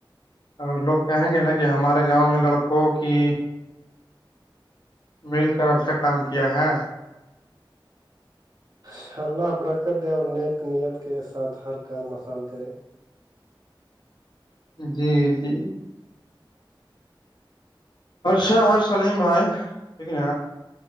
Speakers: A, on the left; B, on the right.
A: اور لوگ کہیں گے نا کہ ہمارے گاؤں میں لڑکوں کی مل کر اچھا کام کیا ہے
B: ان شاء اللہ برکت دے اور نیک نیت کے ساتھ ہر کام آسان کرے
A: جی جی ارشا ہے سلیم بھائی ٹھیک ن